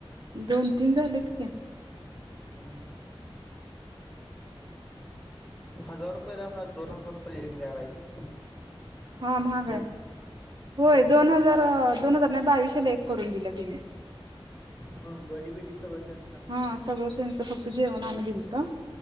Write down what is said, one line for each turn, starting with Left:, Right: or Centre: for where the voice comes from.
Right: दोन तीन झालेत क्या.
Centre: होय हम्म. हजार रुपयला <unintelligible> दोन हजार रुपया एक बॅग आहे ती.
Right: हा महाग
Centre: जास्त
Right: आहे. होय
Centre: ह
Right: दोन हजार अ दोन हजार नाही बाविशेला एक करून दिला तिने.
Centre: ह गडी बिडी सगळं त्यांचं असते
Right: हा सगळं त्यांचं फक्त जेवण आम्ही दिल. का?